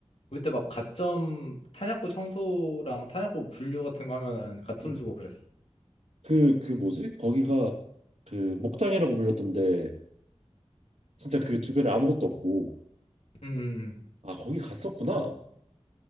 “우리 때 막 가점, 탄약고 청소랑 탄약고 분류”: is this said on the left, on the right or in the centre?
Left